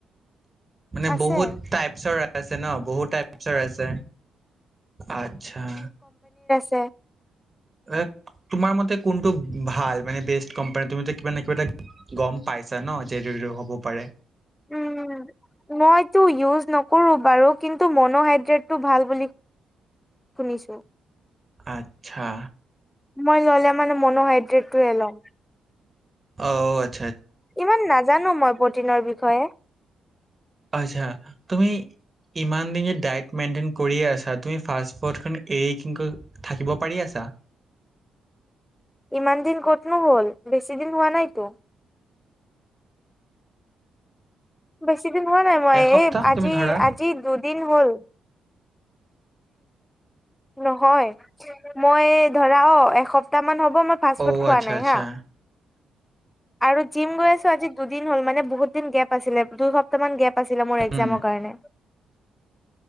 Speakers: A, on the right; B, on the left.
A: মানে
B: আছে
A: বহুত টাইপছৰ আছে ন বহুত টাইপছৰ আছে। আচ্ছা।
B: তে।
A: এ তোমাৰ মতে কোনটো ভাল মানে বেষ্ট কোম্পানী, তুমি তো কিবা নহয় কিবা এটা গম পাইছা ন <unintelligible> হব পাৰে।
B: উম। মইতো ইউজ নকৰো বাৰু কিন্তু মন'হাইড্ৰেটটো ভাল বুলি শুনিছো।
A: আচ্ছা।
B: মই ল'লে মানে মন'হাইড্ৰেটটোহে লম।
A: অ' আত
B: ইমান নাজানো মই প্ৰটিনৰ বিষয়ে।
A: আচ্ছা তুমি ইমান <unintelligible> ডাইট‌ মেইটেইন কৰিয়ে আছা তুমি ফাষ্টফৰ্ডখন এৰি <unintelligible> থাকিব পাৰি আছা?
B: ইমান দিন কতনো হ'ল বেছি দিন হোৱা নাইতো। বেছ ছিদিন হোৱা নাই মই
A: এসপ্তাহ
B: এই আজি
A: তুমি ধৰা
B: - আজি দুদিন হ'ল। নহয় মই ধৰা অ' সপ্তাহ মান হ'ব মই ফাষ্ট ফুড
A: অ
B: খোৱা
A: আচ্ছা
B: নাই
A: আচ্ছা
B: হা আৰু‌ জিম গৈ আছো আজি দুদিন হ'ল মানে বহুত দিন গেপ আছিলে দুই সপ্তাহ মান গেপ আছিলে মোৰ এক্সামৰ
A: উম
B: কাৰণে।